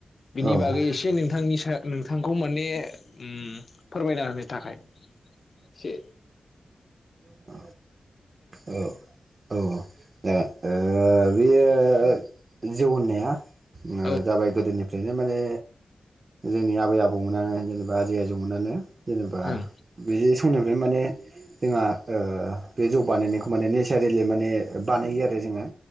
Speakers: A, on the left; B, on the right.
A: बिनि
B: औ
A: बागै एसे नोंथांनि सा नोंथां खौ माने ओम फोरमायना होनो थाखाय से
B: अ अ अ औ औ जागोन। ओ बियो ओ ओ ओ जौ होननाया। आ ओ
A: औ
B: जाबाय गोदोनिफ्रायनो माने जोंनि आबै आबौमोना जेनेबा आजै आजौमोनानो जेनेबा
A: ओं
B: बिदि समनिफ्रायनो माने जोंहा ओ बे जौ बानायनायखौ माने नेचारेलि माने बानायो आरो जोङो।